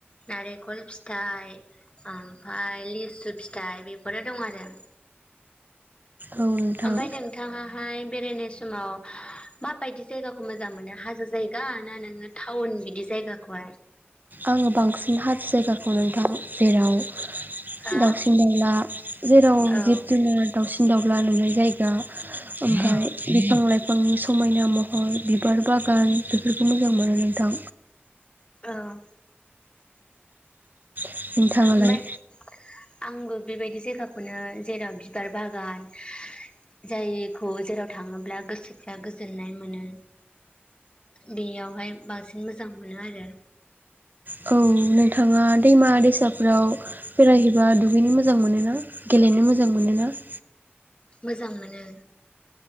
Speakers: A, on the left; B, on the right.
A: नारेंखल फिथाइ ओमफ्राय लिसु फिथाइ बेफोरो दं आरो
B: औ नोंथां
A: ओमफाय नोंथाङाहाय बेरायनाय समाव मााबायदि जायगाखौ मोजां मोनो हाजो जायगा ना नोङो टाउन बिदि जा यगाखौहाय
B: आङो बांसिन हाजो जायगाखौ नोंथां जेराव
A: हा
B: दाउसिन दाउला जेराव
A: औ
B: जिब जुनार दाउसिन दाउला नुनाय जायो दा ओमफाय
A: औ
B: बिफां लाइ फांनि समायना महर बिबार बागान बेफोरखौ मोजां मोनो नोंथां
A: औ
B: नोंथाङालाय
A: ओमफाय <unintelligible> आंबो बेबायदि जायगाखौनो जेराव बिबार बागान जायखौ जेराव थाङोब्ला गोसोफ्रा गोजोननाय मोनो बेयावहाय बांसिन मोजां मोनो आरो
B: औ नोंथाङा दैमा दैसाफोराव बेरायहैबा दुगैनो मोजां मोनोना गेलेनो मोजां मोनोना <inaudible>
A: मोजां मोनो